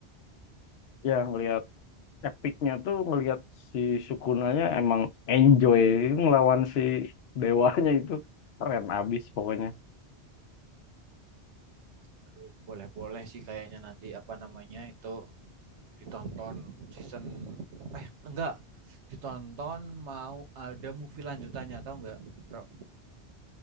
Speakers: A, on the left (about 70°); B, on the right (about 85°).
A: Ya ngelihat epicnya tuh ngelihat si Sukunanya emang enjoy ngelawan si dewanya itu keren abis pokoknya.
B: Waduh, boleh-boleh sih kayaknya nanti apa namanya itu ditonton season eh enggak ditonton mau ada movie lanjutannya tahu enggak bro